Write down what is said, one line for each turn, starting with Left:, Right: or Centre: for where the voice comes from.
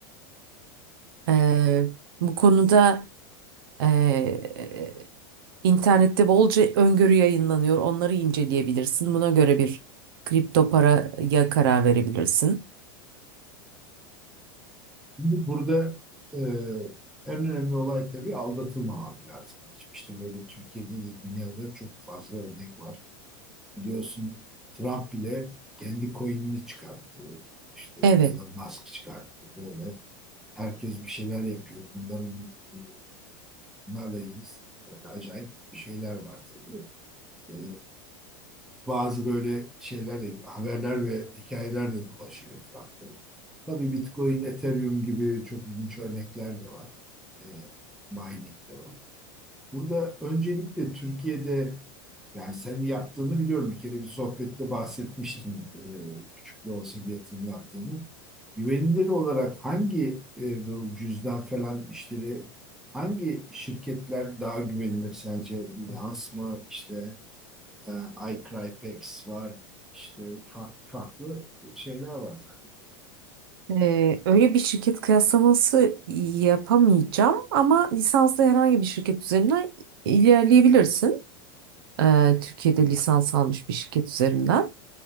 Right: Ee, bu konuda... Ee, internette bolca öngörü yayınlanıyor. Onları inceleyebilirsin. Buna göre bir kripto paraya karar verebilirsin.
Centre: Şimdi burada e, en önemli olay tabii aldatılmamak lazım. Geçmişte böyle Türkiye'de de dünyada çok fazla örnek var. Biliyorsun Trump bile kendi coin'ini çıkarttı. İşte
Right: Evet.
Centre: Elon Musk çıkarttı. Böyle herkes bir şeyler yapıyor. Bunların e, bunlarla ilgili acayip şeyler var tabii. E, bazı böyle şeyler de, haberler ve hikayeler de dolaşıyor etrafta. Tabii Bitcoin, Ethereum gibi çok ilginç örnekler de var. E, mining de var. Burada öncelikle Türkiye'de yani sen yaptığını biliyorum. Bir kere bir sohbette bahsetmiştim e, küçük de olsa bir yatırım yaptığını. Güvenilir olarak hangi e, bu cüzdan falan işleri hangi şirketler daha güvenilir sence? Binance mı işte e, iCrypex var. işte farklı farklı şeyler var zannediyorum.
Right: Ee, öyle bir şirket kıyaslaması yapamayacağım ama lisanslı herhangi bir şirket üzerinden ilerleyebilirsin. Ee, Türkiye'de lisans almış bir şirket üzerinden.